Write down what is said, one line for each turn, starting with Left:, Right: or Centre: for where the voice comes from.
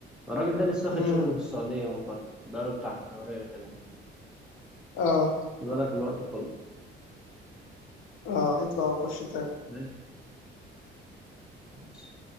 Centre: الراجل ده لسه واخد
Left: مم.
Centre: شغل في السعوديه من فتره بقاله بتاع شهرين
Left: أه
Centre: خد بالك الوقت كله
Left: أه اطلع وخش تاني
Centre: ماشي خلاص.